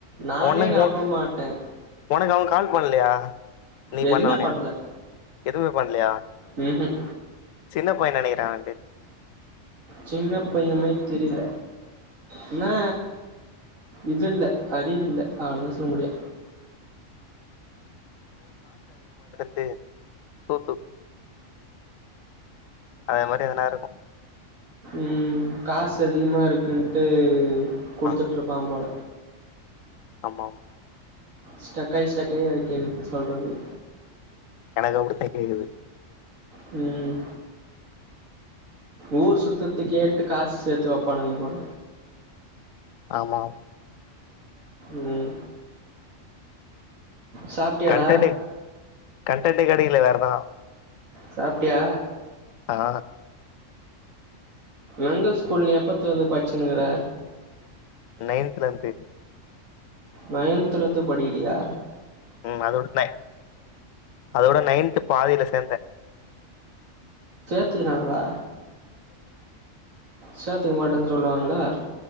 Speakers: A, on the right; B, on the left.
A: நானே
B: ஒனக்கு
A: நம்ப மாட்டே
B: ஒனக்கு அவ கால் பண்லயா நீ
A: எதுமே
B: பண்ணனோன
A: பண்ல
B: எதுமே பண்லயா
A: ம்ஹும்
B: சின்ன பைய நெனகிறே வந்து
A: சின்ன பைய மை தெரில என்னா இதுல்ல அறிவில்ல அவ்ளதா சொல்ல முடியு
B: டு சோத்து அது மாரி எதுனா இருக்கு
A: ம் காசு அதிகமா இருக்குன்ட்டு குடுத்துட்ருப்பா
B: ஆ
A: போல
B: ஆமா
A: ஸ்டக்காய் ஸ்டக்காய் வேற கேக்கு சொல்றது
B: எனக்கு அப்டித்தா கேக்குது
A: ம் ஊர் சுத்தற்துக்கேன்ட்டு காசு சேத்து வப்பானுங்க போல
B: ஆமா
A: ம் சாப்ட்டியாடா
B: கண்டன்ட்டு கண்டன்ட்டு கெடைக்கல வே றா
A: சாப்டியா
B: ஆஹ
A: எந்த ஸ்கூல் நீ எப்பத்துலந்து பட்ச்சுனுகுற
B: நயந்துலந்து
A: நயந்துலந்து படிக்கிரியா
B: ம் அதோட ந அதோட நையன்து பாதில சேந்தேன்
A: சேத்துக்கனாங்களா சேத்துக்க மாட்டேன்னு சொல்லுவாங்களா